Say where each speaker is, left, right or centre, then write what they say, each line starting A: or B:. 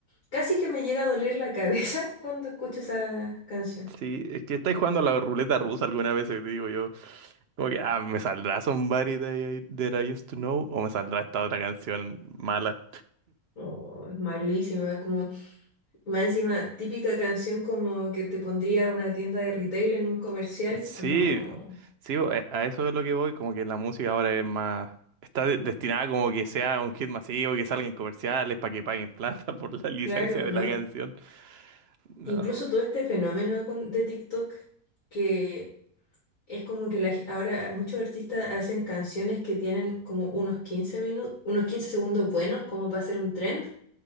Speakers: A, on the left (about 60°); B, on the right (about 55°).
A: Casi que me llega a doler la cabeza <laughs> cuando escucho esa canción.
B: Sí, es que estáis jugando a la ruleta rusa alguna vez, te digo yo. Como que, ah, ¿me saldrá Somebody That I, That I Used to Know? ¿O me saldrá esta otra canción mala?
A: Oh, es malísima, es como... Más encima, típica canción como que te pondría una tienda de retail en un comercial.
B: Sí,
A: No,
B: sí, bo- eh, a eso es lo que voy, como que la música ahora es más... Está de- destinada como que sea un hit masivo, que salga en comerciales para que paguen plata <laughs> por la licencia
A: claro,
B: de
A: no.
B: la canción. No.
A: Incluso todo este fenómeno con- de TikTok, que Es como que la ge- ahora muchos artistas hacen canciones que tienen como unos 15 minutos, unos 15 segundos buenos, como para hacer un trend,